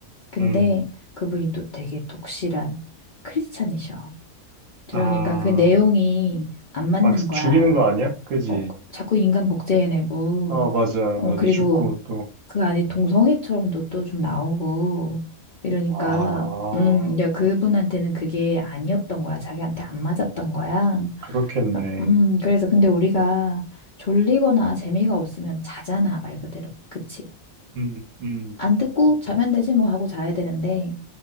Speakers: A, on the left; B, on the right.
A: 근데
B: 음.
A: 그분이 또 되게 독실한 크리스찬이셔. 그러니까
B: 아,
A: 그 내용이 안 맞는
B: 막
A: 거야.
B: 죽이는 거 아니야? 그지?
A: 어, 자꾸 인간 복제해내고,
B: 아, 맞아,
A: 어,
B: 맞아.
A: 그리고
B: 죽고 또.
A: 그 안에 동성애처럼도 또 좀 나오고 이러니까
B: 아,
A: 음 이제 그분한테는 그게 아니었던 거야 자기한테 안 맞았던 거야
B: 그렇겠네.
A: 그러니까, 음 그래서 근데 우리가 졸리거나 재미가 없으면 자잖아 말 그대로 그치
B: 음, 음,
A: 안 듣고 자면 되지 뭐 하고 자야 되는데